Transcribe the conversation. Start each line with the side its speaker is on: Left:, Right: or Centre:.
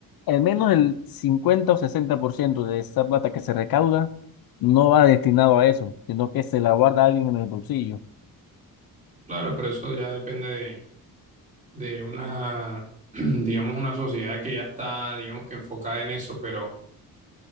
Left: al menos el 50 o 60% de esa plata que se recauda no va destinado a eso, sino que se la guarda alguien en el bolsillo.
Right: Claro, pero eso ya depende de, de una, <coughs> <clears throat> digamos, una sociedad que ya está, digamos que enfocada en eso, pero...